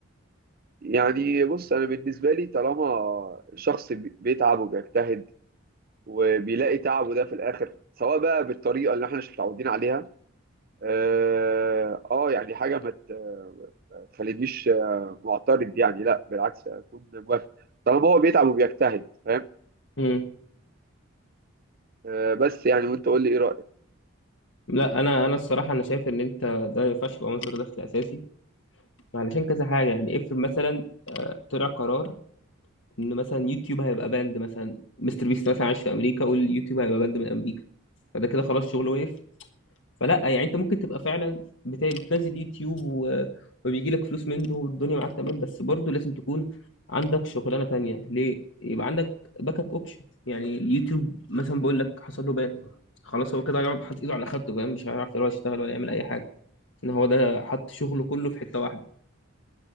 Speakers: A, on the right; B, on the left.
A: يعني بص انا بالنسبه لي طالما شخص بي- بيتعب وبيجتهد وبيلاقي تعبه ده في الاخر سواء بقى بالطريقه اللي احنا مش متعودين عليها اه آه، يعني حاجه ما ت- ما تخلينيش آه، معترض يعني لا بالعكس اكون موافق طالما هو بيتعب وبيجتهد فاهم
B: مم.
A: آه بس يعني وانت قول لي ايه رايك
B: لا انا انا الصراحه انا شايف ان انت ده ما ينفعش يبقى مصدر دخل اساسي علشان كذا حاجه يعني افرض مثلا آه، طلع قرار ان مثلا يوتيوب هيبقى باند مثلا مستر بيست مثلا عايش في امريكا واليوتيوب هيبقى باند من امريكا فده كده خلاص شغله وقف فلا يعني انت ممكن تبقى فعلا بت- بتنزل يوتيوب و... وبيجي لك فلوس منه والدنيا معاك تمام بس برضه لازم تكون عندك شغلانه تانية ليه يبقى عندك باك اب اوبشن يعني اليوتيوب مثلا بقول لك حصل له بان خلاص هو كده هيقعد حاطط ايده على خدته فاهم مش هيعرف يروح يشتغل ولا يعمل اي حاجه ان هو ده حط شغله كله في حته واحده